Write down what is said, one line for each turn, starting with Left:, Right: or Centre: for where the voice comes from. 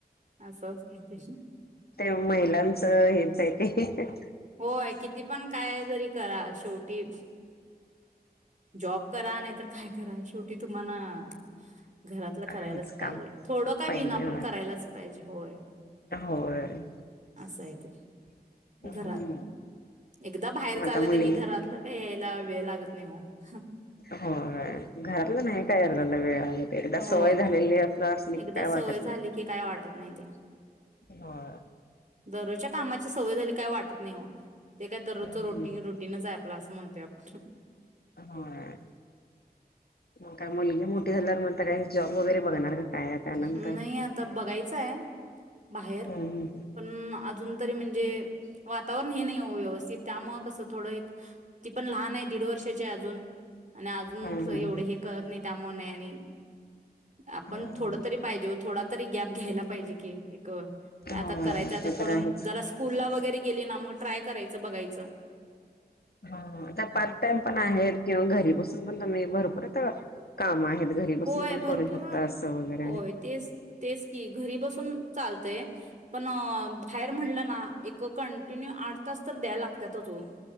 Right: असं असते ते
Left: ते महिलांचं हे. <unintelligible>
Right: होय किती पण काय जरी करा शेवटी जॉब करा नाही तर काय. करा शेवटी तुम्हाला. घरातलं
Left: आहेच
Right: करायलाच पाहिजे
Left: काम
Right: थोडं का
Left: पाहिजे
Right: विना
Left: होय
Right: पण करायलाच पाहिजे. होय.
Left: होय.
Right: असं आहे ते.
Left: <inaudible>
Right: घरात एकदा बाहेर
Left: आता
Right: चालं
Left: मुलगी
Right: कणी घरातलं काय यायला वेळ लागत नाही वो. हा.
Left: होय घरातलं नाही काय आवरायला वेळ. एकदा
Right: होय.
Left: सवय झालेली अस असली की
Right: एकदा
Left: काय
Right: सवय
Left: वाटत
Right: झाली
Left: नाही.
Right: की काय वाटत नाही ते.
Left: होय.
Right: दररोजच्या कामाची सवय झाली की काय वाटत नाही वो. ते काय दररोजं
Left: हम्म
Right: रोटी रोटींच आहे आपल. असं म्हणतात.
Left: होय म काय. मुलगी मोठी झाल्यावर मन त काय. जॉब वगैरे. बघणार का काय त्यानंतर
Right: नाही आता बघायचं हाय बाहेर
Left: हम्म
Right: पण अजून तरी म्हणजे. वातावरण हे नाही वो व्यवस्थित त्यामुळ कस थोड ती पण लहान आहे दीड वर्षाची अजून. आणि अजून
Left: हम्म
Right: एवढ
Left: हम्म
Right: हे कळत नाहीत. त्यामुळं आणि. आपण
Left: हम्म
Right: थोडं तरी पाहिजे होत. थोडा तरी गॅप. घ्यायला पाहिजे कि, आता
Left: होय
Right: करायचं
Left: ते
Right: थोड
Left: तर आहेच.
Right: जरा स्कूलला व. गैरे गेली ना मग, ट्राय करायच, बघायच.
Left: आता पार्ट टाइम पण आहेत, किंवा घरी बसून पण तुम्ही भरपूर आता काम आहेत, घरी बसून
Right: होय
Left: पण करू
Right: भरपूर
Left: शकता.
Right: होय
Left: असं वगैरे
Right: तेच-तेच की घरी बसून चालतय पण बाहेर म्हणलं ना. एक कंटिन्यू आठ तास तर द्याय लागत्यातच वो.